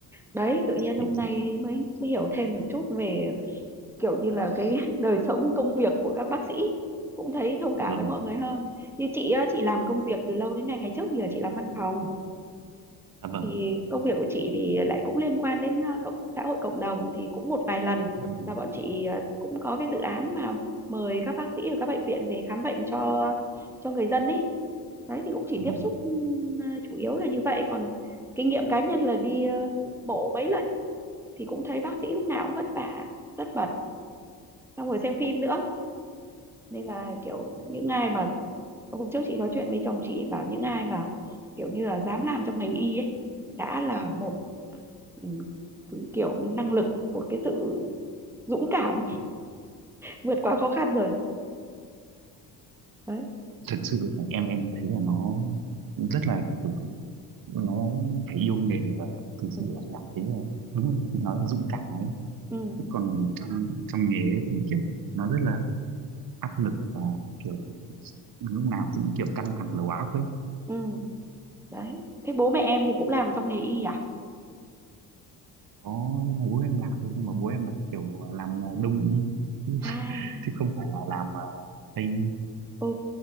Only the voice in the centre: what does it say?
đấy tự nhiên hôm
nay mới, mới hiểu thêm được chút về kiểu như là cái <laughs> đời sống công việc của các bác sĩ cũng thấy thông
cảm
với mọi người hơn như chị á, chị làm công việc từ lâu đến nay ngày trước thì là chị làm văn phòng
thì
công việc của chị thì lại cũng liên quan đến ờ, cộng xã hội cộng đồng thì cũng một vài lần
là bọn chị ờ, cũng có cái dự án mà mời các bác sĩ ở các bệnh viện về khám bệnh cho cho người dân ấy đấy thì cũng chỉ
tiếp
xúc ừm, ờ, chủ yếu là như vậy còn kinh nghiệm cá nhân là đi ờ, mổ mấy lần thì cũng thấy bác sĩ lúc nào cũng vất vả rất bật xong rồi xem phim nữa nên là kiểu những ai mà hôm trước chị nói chuyện với chồng chị bảo những ai mà kiểu như là dám làm trong ngành y ấy đã là một ừ, kiểu năng lực một cái sự dũng cảm vượt qua khó khăn rồi đấy
ừ
ừ
ừ đấy thế bố mẹ em thì cũng làm trong nghề y à
à
ừ